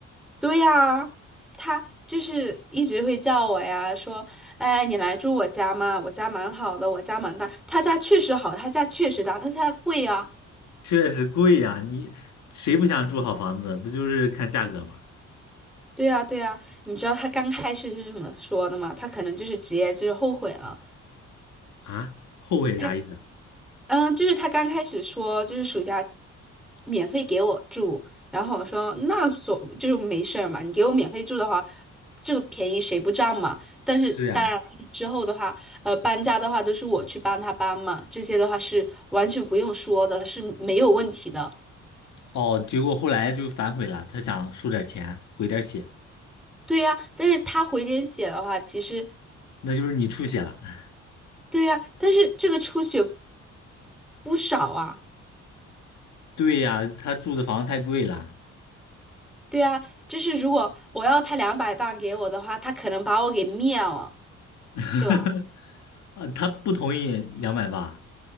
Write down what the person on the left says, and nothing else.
确实贵呀，你谁不想住好房子？不就是看价格吗？
啊，后悔啥意思啊？
是呀。
哦，结果后来就反悔了，他想收点钱，回点血，
那就是你出血了。<laughs>
对呀，他住的房子太贵了，
<laughs>
啊，他不同意两百八，